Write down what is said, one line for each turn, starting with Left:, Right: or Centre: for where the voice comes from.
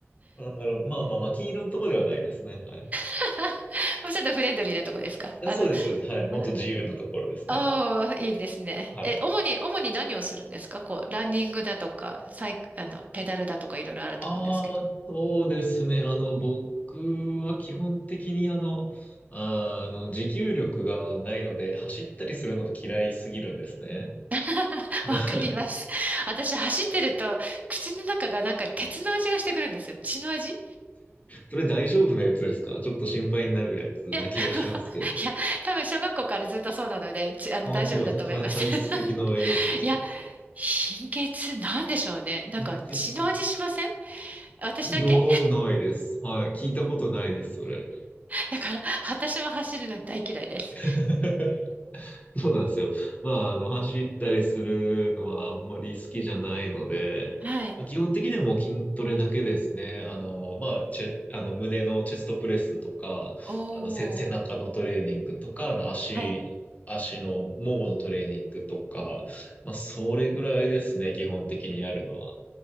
Left: あ、なるほど。まあまあまあ、金色のとこではないですね。はい。い
Right: <laughs> もうちょっとフレンドリーなとこですかあの、
Left: やそうです、そうです。はい。もっと自由なところですね。
Right: あの、ああ、いいですね。
Left: はい。
Right: え、主に、主に何をするんですかこう、ランニングだとか、サイク、あの、ペダルだとかいろいろあると思うんですけど。
Left: ああ、そうですね。あの、僕は基本的にあの、あーあの、持久力がないので、走ったりするのが嫌いすぎるんですね。
Right: <laughs>
Left: <laughs>
Right: わかります。私、走ってると、口の中がなんか鉄の味がしてくるんですよ。血の味い
Left: それ大丈夫なやつですかちょっと心配になるやつな気がしますけど。
Right: や、<laughs> いや、多分小学校からずっとそうなので、ちあの、
Left: ああ、
Right: 大丈夫だと思います。
Left: そうなんですか。体体質的なやつですかね。
Right: <laughs> いや、貧血なんでしょうね。なんか血の味しません
Left: 貧血
Right: 私だけ
Left: いやー、ないです。はい。聞いたことないです、それ。
Right: だから、私も走るの大嫌いです。
Left: <laughs> <laughs> そうなんですよ。まあ、あの、走ったりするのはあんまり好きじゃないので、
Right: はい。
Left: まあ、基本的にはもう筋トレだけですね。あの、まあ、チェ、あの、胸のチェストプレスとか、
Right: おー。
Left: あの、せ、背中のトレーニングとか、あの、足、
Right: はい。
Left: 足のもものトレーニングとか、まあ、それぐらいですね、基本的にやるのは。